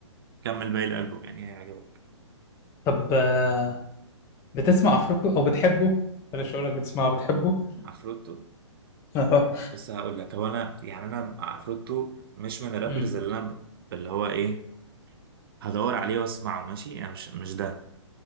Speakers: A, on the right (about 50°); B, on the left (about 20°).
A: كمل باقي الالبوم يعني هيعجبك
B: طب آه... بتسمع عفروتو أو بتحبه؟ بلاش أقولك بتسمعه بتحبه؟
A: عفروتو
B: <laughs> أهو
A: بس هقول لك هو انا يعني انا عفروتو مش من الرابرز
B: مم.
A: اللي انا ب- اللي هو ايه هدور عليه واسمعه ماشي يعني مش مش ده